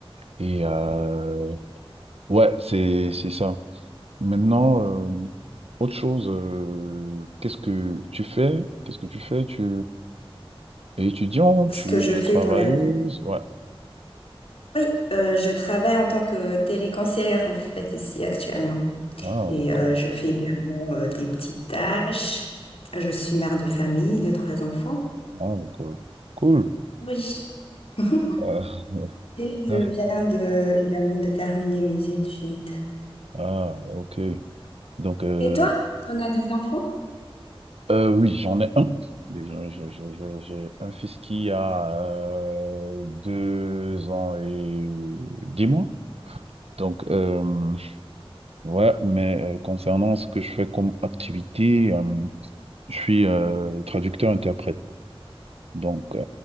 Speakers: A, on the right (about 85°); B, on the left (about 70°).
A: Et euh, ouais, c'est c'est ça. Maintenant, euh, autre chose, euh, qu'est-ce que tu fais? Qu'est-ce que tu fais? Tu es étudiant?
B: Ce
A: Tu
B: que je fais
A: es travailleuse?
B: dans la vie?
A: Ouais.
B: Oui, euh, je travaille en tant que téléconseillère en fait ici actuellement.
A: Ah,
B: Et
A: d'accord.
B: euh, je fais également euh, des petites tâches. Je suis mère de famille de trois enfants.
A: Ah, d'accord. Cool.
B: Oui. <laughs>
A: Euh,
B: Et je
A: <laughs> ah,
B: viens de, également de terminer mes études.
A: ah, ok. Donc, euh,
B: Et toi, t'en as des enfants?
A: euh, oui, j'en ai un. Déjà, je- je- je- j'ai un fils qui a euh, deux ans et dix mois. Donc, euh, ouais, mais euh, concernant ce que je fais comme activité, euh, je suis euh, traducteur-interprète. Donc, euh,